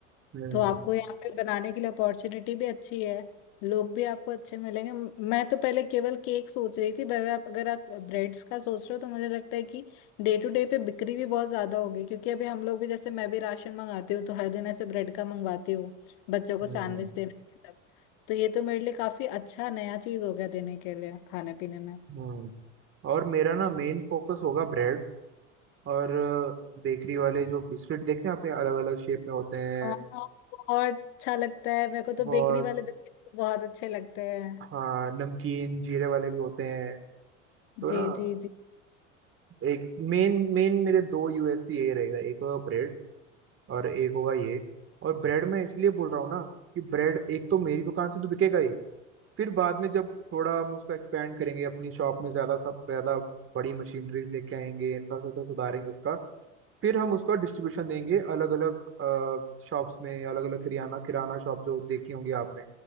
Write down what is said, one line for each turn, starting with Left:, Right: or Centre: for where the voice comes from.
Right: हम्म
Left: तो आपको यहाँ पे बनाने के लिए अपॉर्चुनिटी भी अच्छी है लोग भी आपको अच्छे मिलेंगे म- मैं तो पहले केवल केक सोच रही थी पर आप अगर आप ब्रेड्स का सोच रहे हो तो मुझे लगता है कि डे टू डे पे बिक्री भी बहुत ज्यादा होगी क्योंकि अभी हम लोग भी जैसे मैं भी राशन मंगाती हूँ तो हर दिन ऐसे ब्रेड का मंगवाती हूँ बच्चों को
Right: हम्म
Left: सैंडविच देना ये सब तो ये तो मेरे लिए काफी अच्छा नया चीज हो गया देने के लिए खाने पीने में
Right: हम्म। और मेरा ना मेन फोकस होगा ब्रेड्स और बेकरी वाले जो बिस्किट देखते हैं अपने अलग अलग शेप में होते हैं
Left: हाँ हाँ, बहुत अच्छा लगता है मेरे को तो
Right: बहुत
Left: बेकरी वाले बिस्किट बहुत अच्छे लगते हैं
Right: हाँ नमकीन जीरे वाले भी होते हैं तो
Left: जी
Right: ना
Left: जी जी
Right: एक मेन मेन मेरे दो यूएसपी यही रहेगा एक होगा ब्रेड और एक होगा ये और ब्रेड मैं इसलिए बोल रहा हूँ ना कि ब्रेड एक तो मेरी दुकान से तो बिकेगा ही फिर बाद में जब थोड़ा हम उसको एक्सपेंड करेंगे अपनी शॉप में ज्यादा सब ज्यादा बड़ी मशीनरीज लेके आएंगे इंफ्रास्ट्रक्चर सुधारेंगे उसका फिर हम उसका डिस्ट्रीब्यूशन देंगे अलग अलग शॉप्स में अलग अलग किराना किराना शॉप जो देखी होंगी आपने